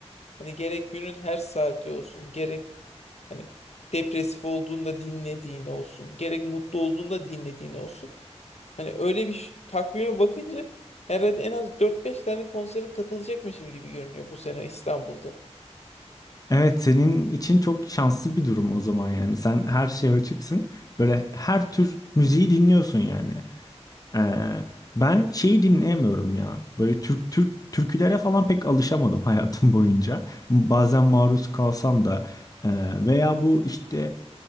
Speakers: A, on the left; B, on the left.
A: Hani gerek günün her saati olsun, gerek Hani depresif olduğunda dinlediğin olsun, gerek mutlu olduğunda dinlediğin olsun. Hani öyle bir ş- takvime bakınca herhalde en az dört beş tane konsere katılacakmışım gibi görünüyor bu sene İstanbul'da.
B: Evet senin için çok şanslı bir durum o zaman yani. Sen her şeye açıksın. Böyle her tür müziği dinliyorsun yani. Ee, ben şeyi dinleyemiyorum ya. Böyle Türk Türk türkülere falan pek alışamadım <laughs> hayatım boyunca. Bazen maruz kalsam da e, veya bu işte